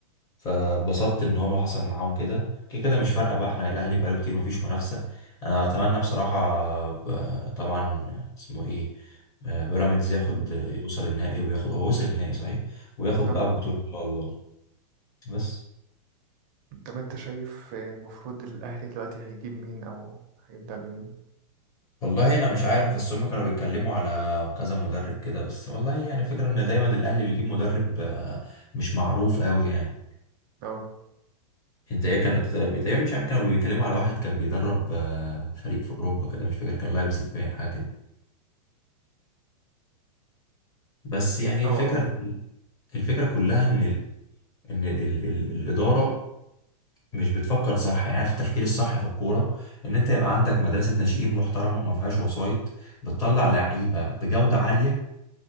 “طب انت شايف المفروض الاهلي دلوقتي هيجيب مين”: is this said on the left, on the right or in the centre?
Right